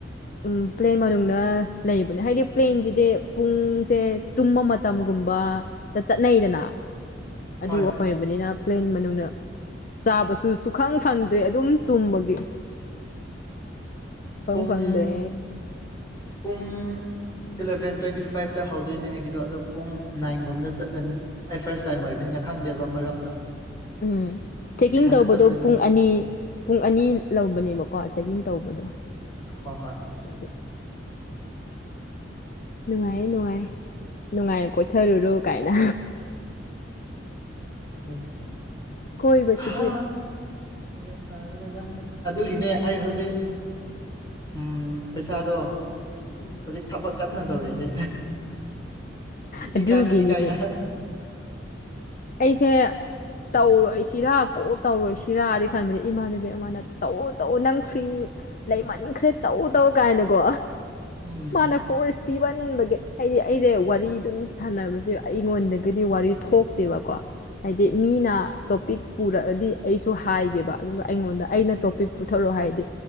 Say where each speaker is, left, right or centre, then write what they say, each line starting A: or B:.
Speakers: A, on the left; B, on the left.
A: ꯎꯝ ꯄ꯭ꯂꯦꯟ ꯃꯅꯨꯡꯗꯅ ꯂꯩꯕꯅꯦ ꯍꯥꯏꯗꯤ ꯄ꯭ꯂꯦꯟꯁꯤ ꯍꯥꯏꯗꯤ ꯄꯨꯡꯁꯦ ꯇꯨꯝꯕ ꯃꯇꯝꯒꯨꯝꯕꯗ ꯆꯠꯅꯩꯗꯅ ꯑꯗꯨꯒ
B: ꯍꯣꯏ
A: ꯑꯣꯏꯔꯕꯅꯤꯅ ꯄ꯭ꯂꯦꯟ ꯃꯅꯨꯡꯗ ꯆꯥꯕꯁꯨ ꯁꯨꯈꯪ ꯐꯪꯗ꯭ꯔꯦ ꯑꯗꯨꯝ ꯇꯨꯝꯕꯒꯤ ꯐꯪ
B: ꯄꯨꯡ
A: ꯐꯪꯗ꯭ꯔꯦ
B: ꯄꯨꯡ ꯏꯂꯕꯦꯟ ꯇꯣꯏꯋꯟꯇꯤ ꯐꯥꯏꯞꯇ ꯍꯧꯗꯣꯏꯅꯦ ꯑꯩꯒꯤꯗꯣ ꯑꯗꯣ ꯄꯨꯡ ꯅꯥꯏꯟꯒꯨꯝꯕꯗ ꯆꯠꯂꯅꯤ ꯑꯩ ꯐꯥꯔꯁ ꯇꯥꯏꯝ ꯑꯣꯏꯕꯅꯤꯅ ꯈꯪꯗꯦꯕ ꯃꯔꯝꯗꯣ
A: ꯎꯝ ꯆꯦꯛꯀꯤꯡ
B: ꯏꯊꯟꯇ
A: ꯇꯧꯕꯗꯨꯣ
B: ꯆꯠꯇꯣꯏꯅꯤꯅ
A: ꯄꯨꯡ ꯑꯅꯤ ꯄꯨꯡ ꯑꯅꯤ ꯂꯧꯕꯅꯦꯕꯀꯣ ꯆꯦꯛꯀꯤꯡ ꯇꯧꯕꯗꯣ
B: ꯍꯣꯏ ꯍꯣꯏ
A: ꯑꯗꯨꯗꯗꯤ ꯅꯨꯡꯉꯥꯏꯌꯦ ꯅꯨꯡꯉꯥꯏ ꯅꯨꯡꯉꯥꯏꯅ ꯀꯣꯊꯔꯨꯔꯨ ꯀꯥꯏꯅ
B: ꯅꯅꯤ
A: ꯀꯣꯏꯕꯁꯤꯗꯤ
B: ꯍꯥ ꯒꯥꯟꯇꯥꯗꯔ‌ꯦꯗ ꯑꯗꯨꯒꯤꯅꯦ ꯑꯩ ꯍꯧꯖꯤꯛ ꯎꯝ ꯄꯩꯁꯥꯗꯣ
A: ꯎꯝ
B: ꯍꯧꯖꯤꯛ ꯊꯕꯛ ꯀꯟꯅ ꯇꯧꯔꯤꯁꯦ
A: ꯑꯗꯨꯒꯤꯅꯤꯅꯦ
B: ꯏꯀꯥꯏꯁꯤ ꯏꯀꯥꯏꯅ
A: ꯑꯩꯁꯦ ꯇꯧꯔꯣꯏ ꯁꯤꯔꯥ ꯀꯣ ꯇꯧꯔꯣꯏ ꯁꯤꯔꯥꯗꯤ ꯈꯟꯕꯅꯦ ꯏꯃꯥꯟꯅꯕꯤ ꯑꯃꯅ ꯇꯧꯎ ꯇꯧꯎ ꯅꯪ ꯐ꯭ꯔꯤ ꯂꯩ ꯃꯅꯤꯡꯈ꯭ꯔꯦ ꯇꯧ ꯇꯧ ꯀꯥꯏꯅꯀꯣ
B: ꯎꯝ
A: ꯃꯥꯅ ꯐꯣꯔ꯭ꯁ ꯄꯤꯍꯟꯕꯒꯤ ꯍꯥꯏꯗꯤ ꯑꯩꯁꯦ ꯋꯥꯔꯤ ꯑꯗꯨꯝ ꯁꯥꯟꯅꯕꯁꯦ ꯑꯩꯉꯣꯟꯗ ꯀꯔꯤ ꯋꯥꯔꯤ ꯊꯣꯛ ꯇꯦꯕꯀꯣ ꯍꯥꯏꯗꯤ ꯃꯤꯅ ꯇꯣꯄꯤꯛ ꯄꯨꯔꯛꯑꯗꯤ ꯑꯩꯁꯨ ꯍꯥꯏꯒꯦꯕ ꯑꯗꯨꯒ ꯑꯩꯉꯣꯟꯗ ꯑꯩꯅ ꯇꯣꯄꯤꯛ ꯄꯨꯊꯣꯔꯛꯑꯣ ꯍꯥꯏꯗꯤ